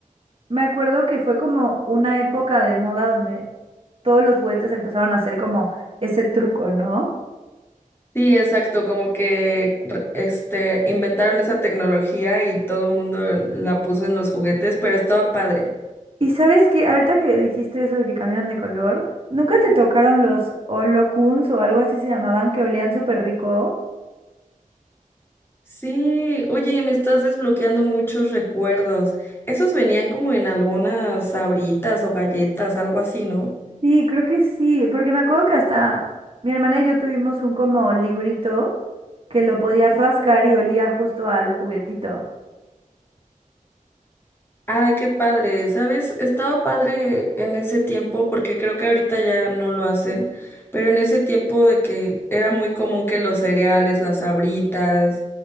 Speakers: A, on the right (about 40°); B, on the left (about 15°).
A: me acuerdo que fue como una época de moda donde todos los juguetes empezaron a hacer como ese truco, ¿no?
B: Sí, exacto, como que re- este inventaron esa tecnología y todo el mundo la puso en los juguetes, pero estaba padre.
A: Y sabes que ahorita que dijiste eso de que cambiaban de color, ¿nunca te tocaron los Olocuns o algo así se llamaban que olían súper rico?
B: Sí, oye, me estás desbloqueando muchos recuerdos. Esos venían como en algunas sabritas o galletas, algo así, ¿no?
A: Sí, creo que sí, porque me acuerdo que hasta mi hermana y yo tuvimos un como librito que lo podías rascar y olía justo al juguetito.
B: Ay, qué padre, ¿sabes? Estaba padre en ese tiempo, porque creo que ahorita ya no lo hacen, pero en ese tiempo de que era muy común que los cereales, las sabritas,